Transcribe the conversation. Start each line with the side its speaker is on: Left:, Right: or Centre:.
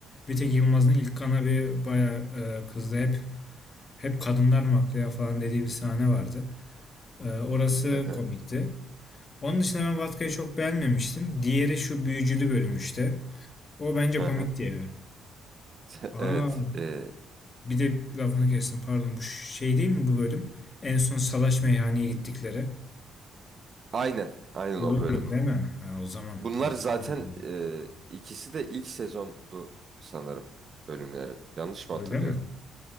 Left: Bir tek Yılmaz'ın ilk kana bir bayağı e, kızdı. Hep hep kadınlar mı haklı ya falan dediği bir sahne vardı. E, orası
Right: Hı hı.
Left: komikti. Onun dışında ben Vatka'yı çok beğenmemiştim. Diğeri şu büyücülü bölüm işte. O bence
Right: Hı
Left: komikti
Right: hı.
Left: ya.
Right: <laughs>
Left: Aa,
Right: Evet. e,
Left: bir de lafını kestim. Pardon bu şey değil mi bu bölüm? En son salaş meyhaneye gittikleri.
Right: aynen. Aynen
Left: Bu
Right: o bölüm.
Left: bölüm değil mi? Ha, o zaman
Right: Bunlar
Left: tartışmalı.
Right: zaten e, ikisi de ilk sezondu sanırım bölümleri. Yanlış mı
Left: Öyle
Right: hatırlıyorum?
Left: mi?